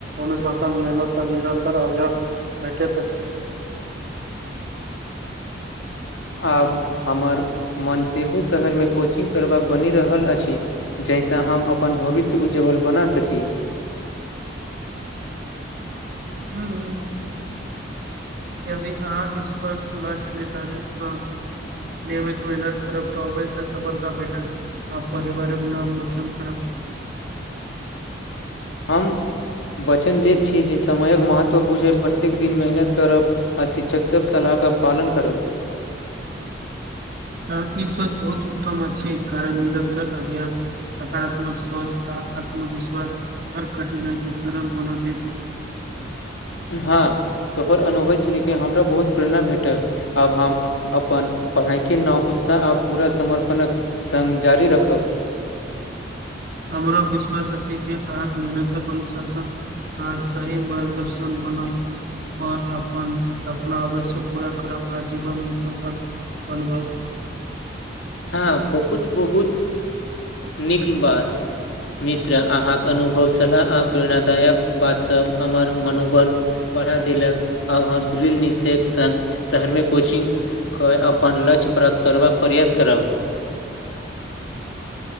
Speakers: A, on the right; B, on the left.
A: अनुशासन मेहनत। त निरन्कर अभ्यास भेटैत अछि।
B: आब हमर मन सेहो शहरमे कोचिंग करबाक बनि रहल अछि जाहिसँ हम अपन भविष्य उज्जवल बना सकी।
A: हूँ। यदि अहाँ सपष्ट लक्ष्य निर्धारित क नियमित मेहनत करब त अवश्य सफलता भेटत। आ परिवारक नाम रोशन करब
B: हम वचन दैत छी जे समयक महत्व बुझै प्रत्येक दिन मेहनत करब आ शिक्षक सब सलाह क पालन करब
A: हँ ई सोच बहुत उत्तम अछि छै कारण निरकधर अभ्यास सकारात्मक सोच आ आत्मविश्वास हर कठिनाइ के सरल बना देत अछि
B: हँ तोहर अनुभव सुनि के हमरो बहुत प्रेरणा भेटल। आब हम अपन पढ़ाइ के नव उत्साह आ पूरा समर्पणक संग जारी रखब
A: हमरो विश्वास अछि जे राहत मेहनतक अनुशासन। ह सही मार्गदर्शन बनल आओर अपन सपना आबय स पूरा करब आजीवन मे सफल अनुभव
B: हँ बहुत बहुत नीक बात मित्र अहाँ के अनुभव सलाह आओ प्रेरणादायक बात सभ हमर मनोबल बढ़ा देलक आब हम दृढ़ निश्चयक संग शहर मे कोचिंग कय अपन लक्ष्य प्राप्त करबाक प्रयास करब